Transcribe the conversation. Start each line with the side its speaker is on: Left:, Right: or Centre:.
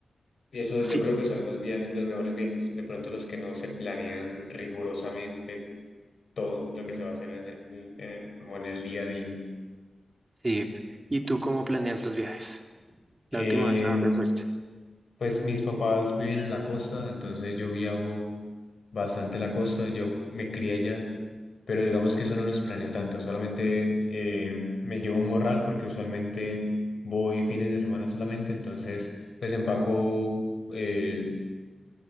Left: Y eso
Right: Sí,
Left: yo creo que son los viajes, los mejores viajes. De pronto los que no se planean rigurosamente todo lo que se va a hacer en el- en- en- como en el día a día.
Right: sí. ¿Y tú cómo planeas los viajes? La
Left: Eh,
Right: última vez a dónde fuiste.
Left: Pues mis papás viven en la costa, entonces yo viajo bastante a la costa, yo me crié allá, pero digamos que eso no los planeo tanto, solamente eh, me llevo un morral porque usualmente voy fines de semana solamente, entonces pues empaco eh,